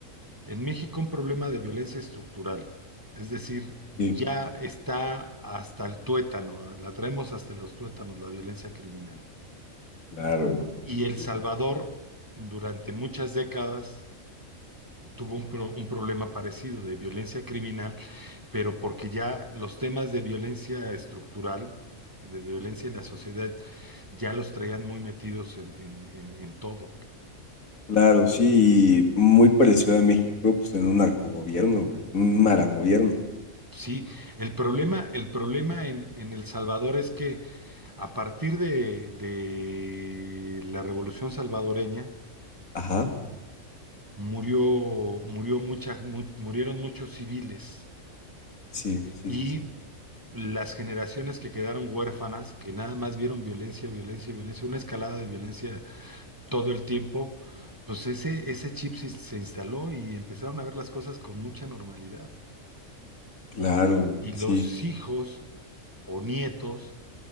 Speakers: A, on the right; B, on the left.
A: En México un problema de violencia estructural, es decir, ya
B: sí,
A: está hasta el tuétano, la traemos hasta los tuétanos, la violencia criminal.
B: claro, hermano.
A: Y El
B: sí.
A: Salvador durante muchas décadas tuvo un, pro- un problema parecido de violencia criminal, pero porque ya los temas de violencia estructural, de violencia en la sociedad, ya los traían muy metidos en, en- en- en todo.
B: Claro, sí, y muy parecido a México, pues en un narcogobierno, güey. Un maragobierno.
A: Sí, el problema, el problema en en El Salvador es que A partir de, de la Revolución Salvadoreña,
B: Ajá,
A: murió, murió mucha- mu- murieron muchos civiles
B: sí, sí,
A: y
B: sí, sí.
A: las generaciones que quedaron huérfanas, que nada más vieron violencia, violencia, violencia, una escalada de violencia todo el tiempo, pues ese, ese chip se, se instaló y empezaron a ver las cosas con mucha normalidad.
B: Claro, güey.
A: Y
B: Sí,
A: los hijos o nietos